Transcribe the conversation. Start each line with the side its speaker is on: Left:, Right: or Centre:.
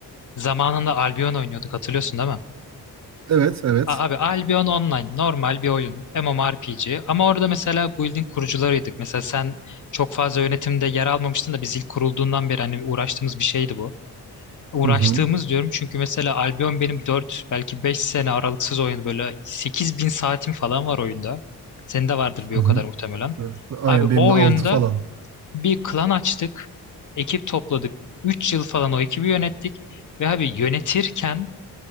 Left: zamanında Albion oynuyorduk hatırlıyorsun değil mi?
Right: Evet, evet.
Left: A- Abi Albion Online normal bir oyun. MMORPG ama orada mesela guild'in kurucularıydık. Mesela sen çok fazla yönetimde yer almamıştın da biz ilk kurulduğundan beri hani uğraştığımız bir şeydi bu. Uğraştığımız
Right: Hı hı,
Left: diyorum çünkü mesela Albion benim 4 belki 5 sene aralıksız oyun böyle 8000 saatim falan var oyunda. Senin de vardır bir
Right: hı
Left: o
Right: hı.
Left: kadar muhtemelen.
Right: Evet, Aynen
Left: Abi
Right: benim
Left: o
Right: de
Left: oyunda
Right: 6 falan.
Left: Bir klan açtık. Ekip topladık. 3 yıl falan o ekibi yönettik. Ve abi yönetirken